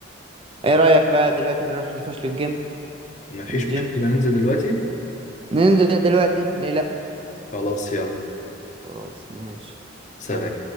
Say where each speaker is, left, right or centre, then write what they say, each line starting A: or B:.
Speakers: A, on the right; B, on the left.
A: ايه رأيك بقى دلوقتي نروح نخش للجيم
B: مفيش
A: الجيم
B: مشكلة ننزل دلوقتي
A: ننزل دلوقتي ليه لا
B: خلاص يلا
A: خلاص ماشي
B: سلام
A: سلام